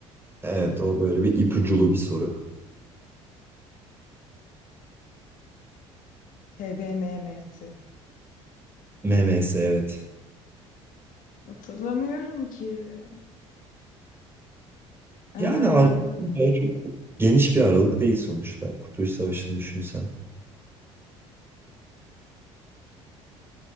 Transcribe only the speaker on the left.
TBMM'si
Hatırlamıyorum ki. Ee,